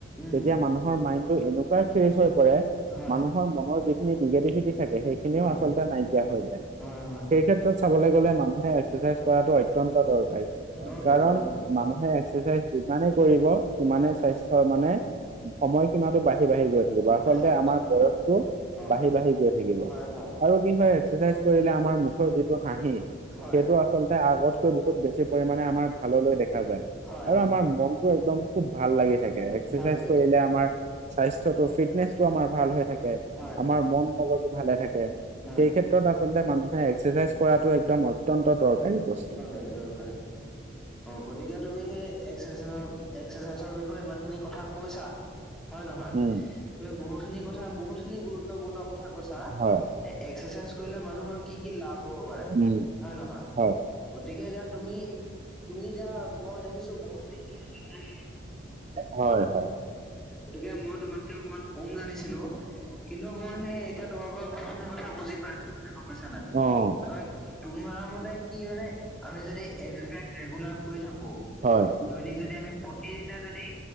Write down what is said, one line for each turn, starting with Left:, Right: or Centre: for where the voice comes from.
Centre: উম
Right: তেতিয়া মানুহৰ মাইণ্ড টো এনেকুৱাই ফ্ৰেচ হৈ পৰে
Centre: হয়
Right: মানুহৰ মনৰ যিখিনি নিগেটিভিটি থাকে, সেইখিনিও
Centre: হয়
Right: আচলতে নাইকিয়া হৈ যায়।
Centre: হয় হয়
Right: সেই ক্ষেত্ৰত চাবলৈ গ'লে মানুহে এক্সাৰচাইজ কৰাটো অত্যন্ত দৰকাৰী।
Centre: দৰকাৰী
Right: কাৰণ
Centre: দৰকাৰী
Right: মানুহে এক্সাৰচাইজ যিমানে কৰিব সিমানে
Centre: উম
Right: স্বাস্থ্যৰ মানে সময়সীমা টো বাঢ়ি বাঢ়ি গৈ আচলতে
Centre: বাঢ়ি গৈ
Right: আমাৰ
Centre: থাকিব
Right: বয়সটো
Centre: হয় অ
Right: বাঢ়ি বাঢ়ি গৈ থাকিব।
Centre: হয় হয়
Right: কি হয় এক্সাৰচাইজ কৰিলে আমাৰ মুখৰ যিটো হাঁহি,
Centre: হয়
Right: সেইটো আচলতে আগত কৈ বহুত বেছি পৰিমণে আমাৰ ভাললৈ দেখা যায়,
Centre: হয়
Right: আৰু
Centre: হয়
Right: আমাৰ মনতটো একদম খুব ভাল লাগি থাকে। এক্সাৰচাইজ
Centre: ভাল লাগি
Right: কৰিলে
Centre: থাকে
Right: আমাৰ স্বাস্থ্য টো ফিটনেচ টো আমাৰ ভাল হৈ থাকে।
Centre: হয়
Right: আমাৰ মন মগজ ভালে থাকে,
Centre: হয়
Right: সেই ক্ষেত্ৰত আচলতে মানুহে এক্সাৰচাইজ কৰাটো একদম অত্যন্ত দৰকাৰী বস্তু।
Centre: অ দৰকাৰী, গতিকে তুমি সেই এক্সাৰচাইজ এক্সাৰচাইজৰ বিষয়ে ইমান খিনি কথা কৈছা, হয় নে নহয়?
Right: উম
Centre: তুমি বহুত খিনি কথা, বহুত খিনি গুৰুত্বপূৰ্ণ কথা কৈছা
Right: হয়
Centre: এ এক্সাৰচাইজ কৰিলে মানুহৰ কি কি লাভ হব পাৰে,
Right: উম
Centre: হয় নহয়?
Right: হয়
Centre: গতিকে এতিয়া তুমি তুমি এতিয়া মই দেখিছো বহুত খিনি কথা জানাই।
Right: হয় হয়
Centre: গতিকে মই তোমাতকে অকমান কম জানিছিলো, কিন্তু মই সেই এতিয়া তোমাৰ পৰা বহুত খিনি কথা বুজি পাইছো। মানে গম পাইছা নে
Right: অ',
Centre: নাই? তোমাৰ মতে কি মানে আমি যদি এক্সাৰচাইজ ৰেগুলাৰ কৰি থাকো,
Right: হয়,
Centre: দৈনিক যদি আমি প্ৰতিদিনে যদি